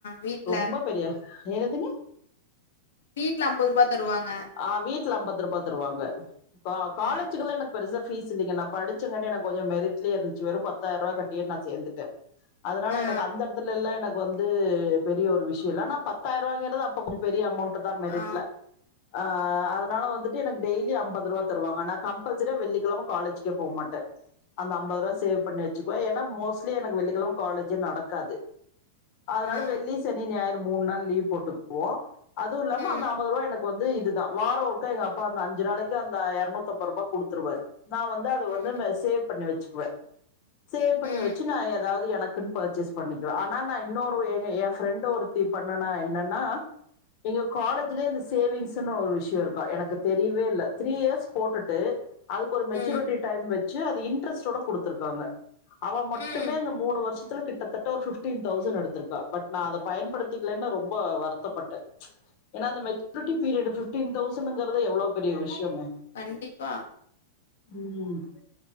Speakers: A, on the left; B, on the left.
A: வீட்ல
B: ரொம்ப பெரிய எனதுங்க
A: வீட்ல ஐம்பதுருபா தருவாங்க
B: அ வீட்ல ஐம்பதுருபா தருவாங்க கா காலேஜிக்கெல்லா
A: ம்
B: எனக் பெருசா ஃபீஸ் இல்லிங்க நாப் படிச்சங்காட்டி எனக்கொஞ்சம் மெரிட்லியேருந்ச்சு வெறும் பத்தாயிரவாக் கட்டியேட் நா சேந்துட்டே அதுனால
A: ஆ
B: எனக்கு அந்த எடத்துலேல்லா எனக்கு வந்து பெரிய ஒரு விஷியில்ல ஆனாப் பத்தாயிரவாங்கறது அப்பக் பெரிய அமௌண்ட்டுதா மெரிட்ல
A: ஆ
B: அ அதனால வந்துட்டு எனக்கு டெய்லி ஐம்பதுருவாத் தருவாங்க நா கம்பல்சரியா வெள்ளிக்கெழம காலேஜிக்கே போமாட்டே அந்த ஐம்பதுருவா சேவ் பண்ணி வெச்சுக்வே எனா மோஸ்ட்லி எனக்கு வெள்ளிக்கெழம காலேஜே நடக்காது அதனால
A: ஆ
B: வெள்ளி சனி ஞாயிறு மூன் நாள் லீவ்ப் போட்டுக்வோ அதுவு இல்லாம
A: ம்
B: அந்த ஐம்பதுருவா எனக்கு வந்து இத் துதா வாரோ ஒருக்கா எங்கப்பாந்து அஞ்சு நாளக்கி அந்த எரநூத்தம்பருபா குடுத்துருவாரு நா வந்து அத
A: ம்
B: வந்து ம சேவ் பண்ணி வெச்சுக்வே சேவ் பண்ணி
A: ம்
B: வெச்சு நா எதாவுது எனக்குன் பர்ச்சேஸ் பண்ணிக்வே ஆனா நா இன்னோரு எங்க எ ஃப்ரெண்டு ஒருத்தி பண்ணனா என்னன்னா எங்யோ காலேஜ்லே இந்த சேவிங்ஸ் த்துனு ஒரு விஷ்யோ இருக்கா எனக்குத் தெரியவேல்ல த்ரீ இயர்ஸ் போட்டுட்டு அதுக்கு ஒரு மெச்சூரிட்டி
A: ம்
B: டைம் வெட் ச்சி அது இண்ட்ரஸ்ட்டோட குடுத்துருக்காங்க அவெ மட்டுமே
A: ம்
B: இந்த மூனு வருஷத்துல கிட் ட்டத்தட்ட ஒரு ஃபிஃப்ட்டீன் தௌசண்ட் எடுத்துருக்கா பட் நா அத பயன்படுத்திக்லேன் நா ரொம்ப வருத்தப்பட்டே எனா அந்த மெச்சூரிட்டி பீரியடு ஃபிஃப்ட்டீன் தௌசணுங்கறது எவ்ளோப் பெரிய விஷ்யோங்க
A: கண்டிப்பா
B: ம்